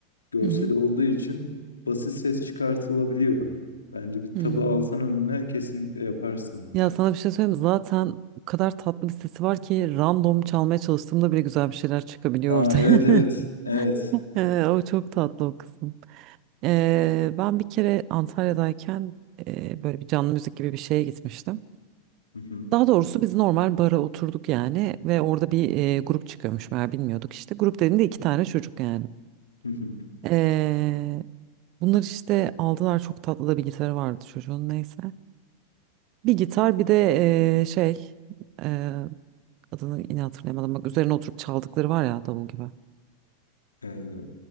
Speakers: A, on the left (about 75°); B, on the right (about 40°).
A: görseli
B: Hı hı.
A: olduğu için basit ses çıkartılabiliyor. Bence bir
B: Hmm.
A: tabağı alsan önüne kesinlikle yaparsın.
B: Ya sana bir şey söyleyeyim mi? Zaten o kadar tatlı bir sesi var ki random çalmaya çalıştığımda bile güzel bir şeyler çıkabiliyor
A: Aa,
B: ortaya.
A: evet evet
B: <laughs>
A: evet.
B: Ee, o çok tatlı o kısım. Ee, ben bir kere Antalya'dayken e, böyle bir canlı müzik gibi bir şeye gitmiştim.
A: Hı hı,
B: Daha doğrusu biz normal bara oturduk yani ve orada bir e, grup çıkıyormuş meğer bilmiyorduk işte. Grup dediğimde iki tane çocuk yani.
A: hı hı.
B: Ee, bunlar işte aldılar çok tatlı da bir gitarı vardı çocuğun neyse. Bir gitar bir de e, şey e, adını yine hatırlayamadım bak üzerine oturup çaldıkları var ya davul gibi.
A: Eee,